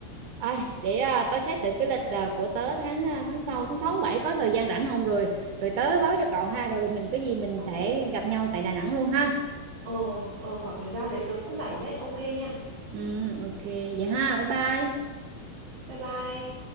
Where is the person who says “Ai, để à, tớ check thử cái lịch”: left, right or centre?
Right